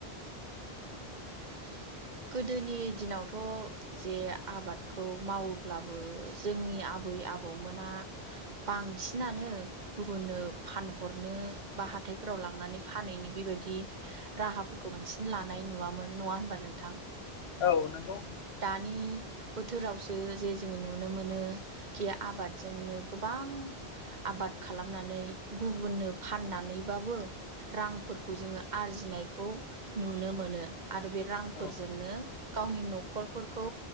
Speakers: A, on the right; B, on the left.
A: <unintelligible> गोदोनि दिनावथ' जे आबादखौ मावोब्लाबो जोंनि आब आबै आबौमोना बांसिनानो गुबुननो फानहरनो बा हाथ हााथथायफोराव लांनानै फानैनि बेबायदि राहाफोरखौ बांसिन लानाय नुवामोन नङा होनबा नोंथां
B: औ नंगौ
A: दानि बोथोरावसो जे जोङो नुनो मोनो खि आबादजोंनो गोबां आबाद खालामनानै गुबुननो फाननानैबाबो रांफोरखौ जोङो आरजिनायखौ नुनो मोनो आरो बे रां फोरजोंनो
B: औ
A: गावनि न'खरफोरखौ